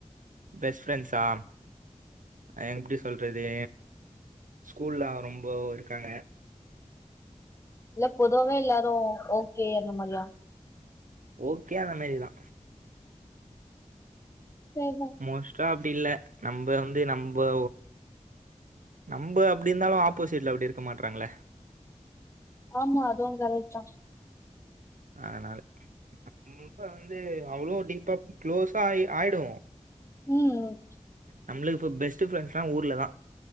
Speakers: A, on the right; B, on the left.
A: பெஸ்ட் ஃப்ரெண்ட்ஸா எங் எப்டி சொல்றது ஸ்கூல்ல ரொம்ப இருக்காங்க
B: இல்ல பொதுவவே எல்லாரு ஓகே அந்த மாரியா
A: ஓகே அந்த மாரிதா
B: சேரிதா
A: மோஸ்ட்டா அப்டி இல்ல நம்ப வந்து நம்ப நம்ப அப்டி இருந்தாலு ஆப்போசிட்ல அப்டி இருக்க மாட்றாங்களே
B: ஆமா அதுவு கரெக்ட்தா
A: அதனால ரொம்ப வந்து அவ்ளோ டீப்பா குளோஸா ஆயி ஆயிடுவோ
B: ம்
A: நம்மளுக்கு இப்ப பெஸ்ட் ஃப்ரெண்ட்ஸ்லா ஊர்லதா